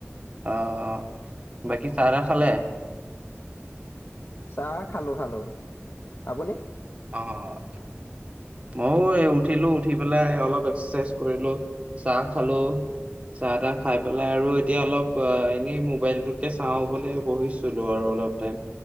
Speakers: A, on the right; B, on the left.
A: অ' বাকী চাহ- তাহ খালে?
B: চাহ খালো- খালো আপুনি?
A: অ' ময়ো উঠিলো উঠি পেলাই অলপ এক্সাৰচাইজ কৰিলো চাহ খালো চাহ - তাহ খাই পেলাই আৰু এতিয়া অলপ এনেই মোবাইলটোকে চাওঁ বুলি বহিছিলো আৰু অলপ টাই